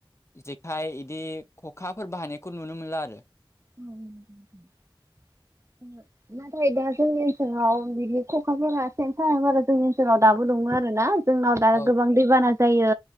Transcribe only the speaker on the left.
जेखाइ बिदि खखाफोर बाहायनायखौ नुनो मोनला आरो
औ